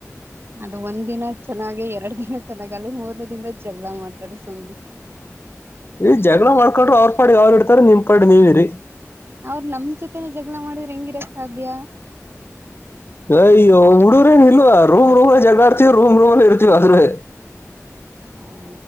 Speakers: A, on the right (about 45°); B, on the left (about 45°).
A: ಅದು ಒಂದ್ ದಿನ ಚೆನ್ನಾಗಿ ಎರಡ್ ದಿನ ಚೆನ್ನಾಗ ಅಲ್ಲಿ ಮೂರ್ನೇ ದಿನದ ಜಗಳ ಮಾಡ್ತಾಾರೆ ಸುಮ್ಮನೆ.
B: ಈ ಜಗಳ ಮಾಡ್ಕೊಂಡ್ರರು ಅವ್ರ ಪಾಡಿಗೆ ಅವ್ ಇಡ್ತಾರೆ ನಿಮ್ಮ ಪಾಡಿಗೆ ನೀವು ಇರಿ.
A: ಅವ್ರ್ ನಮ್ ಜೊತೆನೆೇ ಜಗಳ ಮಾಡಿದ್ರೆ ಹೆಂಗ ಇರೋಕೆ ಸಾಧ್ಯ
B: ಅಯ್ಯೋ ಹುಡುಗ್ರೇನ್ ಇಲ್ವಾ ರೂಮ್ ರೂಮಲ್ಲಿ ಜಗಾಡ್ತಿವಿ ರೂಮ್ ರೂಮ್ಲ್ಲಿ ಇರ್ತಿವಿ ಆದ್ರೆ.
A: ಓಹೋ.